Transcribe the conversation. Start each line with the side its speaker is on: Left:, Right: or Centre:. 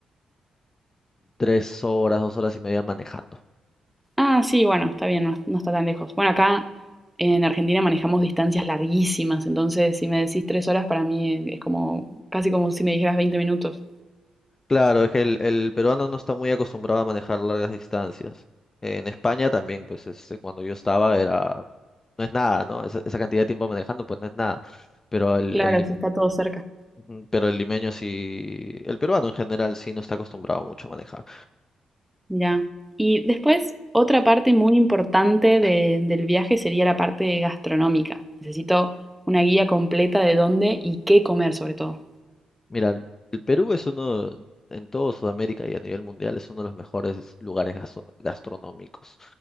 Left: Tres horas, dos horas y media manejando.
Centre: Ah, sí, bueno, está bien, no, no está tan lejos. Bueno, acá en Argentina manejamos distancias larguísimas, entonces si me decís tres horas, para mí es como casi como si me dijeras 20 minutos.
Left: Claro, es que el, el peruano no está muy acostumbrado a manejar largas distancias. En España también, pues este, cuando yo estaba era, no es nada, ¿no? Esa, esa cantidad de tiempo manejando, pues no es nada. Pero el,
Centre: Claro,
Left: el lim-
Centre: si está todo cerca.
Left: ujú, pero el limeño sí, el peruano en general sí no está acostumbrado mucho a manejar.
Centre: Ya. Y después, otra parte muy importante de- del viaje sería la parte gastronómica. Necesito una guía completa de dónde y qué comer, sobre todo.
Left: Mira, el el Perú es uno, en todo Sudamérica y a nivel mundial, es uno de los mejores lugares gasto- gastronómicos.